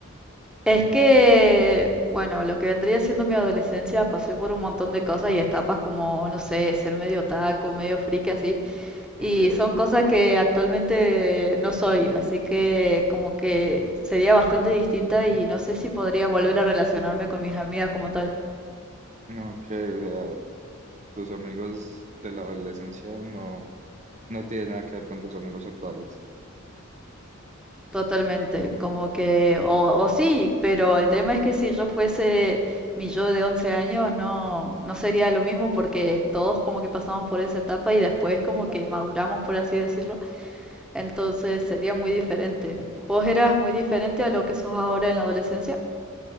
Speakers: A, in the centre; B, on the right.
A: Es que, bueno, lo que vendría siendo mi adolescencia, pasé por un montón de cosas y etapas como, no sé, ser medio taco, medio friki así. Y
B: Ok,
A: son cosas que actualmente no soy, así que como que sería bastante distinta y no sé si podría volver a relacionarme con mis amigas como tal.
B: ok, o sea, tus amigos de la adolescencia no, no tienen nada que ver con tus amigos actuales.
A: Totalmente, como que, o, o sí, pero el tema es que si yo fuese mi yo de 11 años, no, no sería lo mismo porque todos como que pasamos por esa etapa y después como que maduramos, por así decirlo, entonces sería muy diferente. ¿Vos eras muy diferente a lo que sos ahora en la adolescencia?